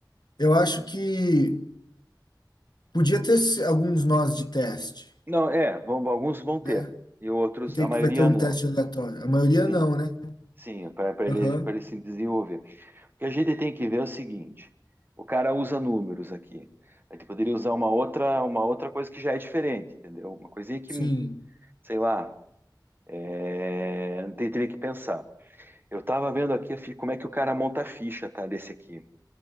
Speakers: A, on the left (about 65°); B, on the right (about 25°).
A: Eu acho que podia ter se- alguns nós de teste,
B: Não, é, vão- alguns vão ter,
A: né?
B: e outros,
A: Que tem
B: a maioria
A: que vai ter um
B: não.
A: teste aleatório. A maioria
B: Sim,
A: não, né?
B: sim, para ele,
A: Aham.
B: para ele se desenvolver. O que a gente tem que ver é o seguinte: o cara usa números aqui. A gente poderia usar uma outra, uma outra coisa que já é diferente, entendeu? Uma coisinha que,
A: Sim,
B: sei lá, é, não tem- teria que pensar. Eu estava vendo aqui fi- como é que o cara monta a ficha, tá, desse aqui.